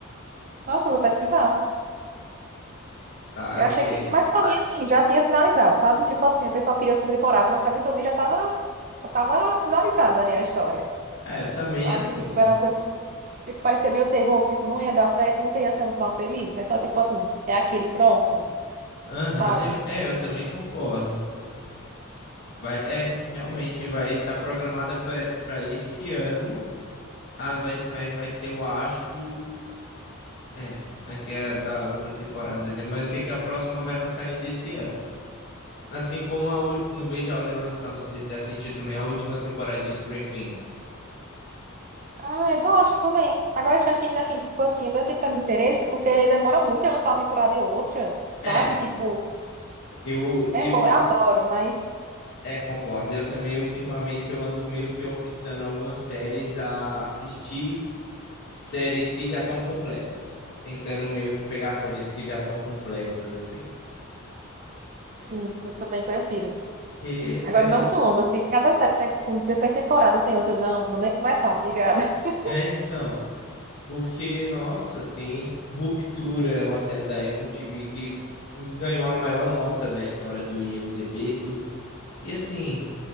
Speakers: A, on the right (about 40°); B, on the left (about 55°).
A: Nossa, eu vou pesquisar.
B: tá?
A: Eu achei
B: Que
A: que. Mas pra mim, assim, já tinha finalizado, sabe? Tipo assim, o pessoal queria outra temporada, mas pra mim, pra mim já tava, já tava finalizada ali a história,
B: é, é, também
A: sabe?
B: assim.
A: Tipo, era uma coisa. Tipo, parecia meio terror, que, tipo, não ia dar certo, nunca ia ser um final feliz. É só, tipo assim, é aquele pronto,
B: Aham,
A: sabe?
B: eu, é, eu também concordo. Vai, é, realmente vai estar programada para esse ano, ah, vai, mas vai ser, eu acho, é, aqui é da outra temporada em dezembro, mas eu sei que a próxima vai lançar ainda esse ano. Assim como a, u- não vejo a hora de lançar, não sei se você assistiu também a última temporada de Stranger Things.
A: Ah, eu gosto também. Agora, Chantilly, assim, tipo assim, eu meio que perde interesse, porque demora muito a lançar uma temporada e outra, sabe?
B: É,
A: Tipo,
B: eu,
A: é
B: eu
A: bom, eu adoro, mas
B: é, concordo. Eu também, ultimamente, eu ando meio que optando algumas séries a assistir séries que já estão completas. Tentando meio que pegar séries que já estão completas, assim.
A: sim, eu também prefiro.
B: Que
A: Agora,
B: ainda.
A: não muito longo, assim, que cada série que tem, com 16 temporadas tem 11. não, vou nem começar, obrigada. <laughs>
B: É, então, porque, nossa, tem Ruptura, é uma série da Apple TV que ganhou a maior nota da história do IMDb e tudo. E assim.